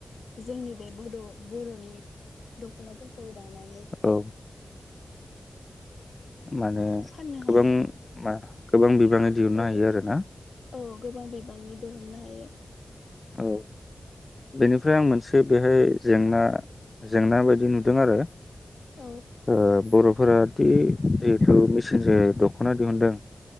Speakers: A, on the left (about 80°); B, on the left (about 40°).
A: जोंनि बे' बर'नि दख'नाफोरखौ दानानै
B: औ माने
A: फाननो
B: गोबां
A: हायो
B: मा-' गोबां बिबाङै दिहुननो
A: औ
B: हायो आरो ना?
A: औ गोबां बिबांनि दहननो हायो।
B: औ बेनिफ्राय आं मोनसे बेहाय जेंना जेंना बायदि नुदों आरो
A: औ
B: ओ बर' फोरादि जिहेथु मेसिनजों दख'ना दिहुनदों